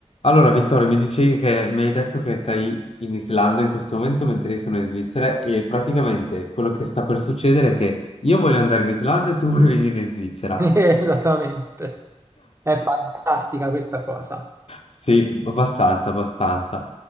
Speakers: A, on the left; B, on the right.
A: Allora, Vittorio, mi dicevi che mi hai detto che sei in Islanda in questo momento, mentre io sono in Svizzera, e praticamente quello che sta per succedere è che io voglio andare in Islanda e tu vuoi venire in Svizzera.
B: <laughs> Esattamente, è fantastica questa cosa.
A: Sì, abbastanza, abbastanza.